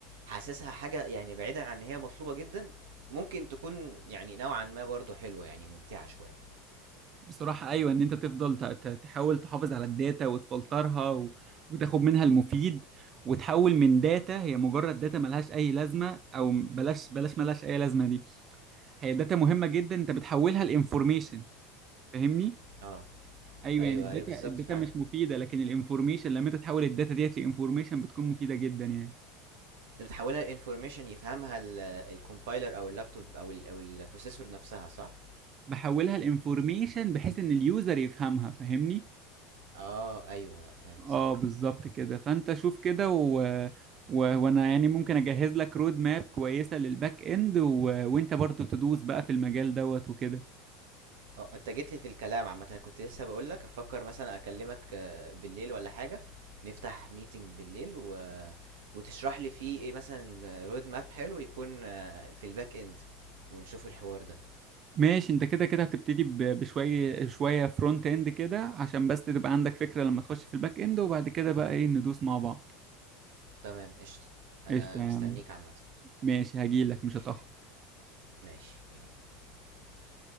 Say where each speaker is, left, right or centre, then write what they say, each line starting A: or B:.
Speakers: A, on the right; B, on the right.
A: حاسسها حاجة يعني بعيدا عن ان هي مطلوبة جدا ممكن تكون يعني نوعا ما برضو حلوة يعني ممتعة شوية
B: بصراحه ايوه ان انت تفضل ت- ت- تحاول تحافظ على الداتا وتفلترها و... وتاخد منها المفيد وتحول من داتا هي مجرد داتا ملهاش اي لازمه او بلاش بلاش ملهاش اي لازمه دي هي داتا مهمه جدا انت بتحولها لانفورميشن فاهمني
A: اه
B: ايوه
A: ايوه
B: يعني الداتا
A: هي بالظبط
B: الداتا
A: فعلا
B: مش مفيده لكن الانفورميشن لما انت تحول الداتا ديت لانفورميشن بتكون مفيده جدا يعني
A: انت بتحولها لانفورميشن يفهمها الكومبايلر او اللابتوب او ال او البروسيسور نفسها صح
B: بحولها لانفورميشن بحيث ان اليوزر يفهمها فاهمني
A: اه ايوه لا فهمت
B: اه
A: صح
B: بالظبط كده فانت شوف كده و... و... وانا يعني ممكن اجهز لك رود ماب كويسه للباك اند و... وانت برضو تدوس بقى في المجال دوت وكده
A: اه انت جيت لي في الكلام عامه انا كنت لسه بقول لك افكر مثلا اكلمك آه، بالليل ولا حاجه نفتح ميتنج بالليل و... وتشرح لي فيه ايه مثلا رود ماب حلو يكون آه، في الباك اند ونشوف الحوار ده
B: ماشي انت كده كده هتبتدي ب... بشويه شويه فرونت اند كده عشان بس تبقى عندك فكره لما تخش في الباك اند وبعد كده بقى ايه ندوس مع بعض
A: تمام قشطه انا
B: قشطه يا عم
A: مستنيك عامه
B: ماشي هجيلك
A: ماشي
B: مش هتاخر
A: ماشي يلا ماشي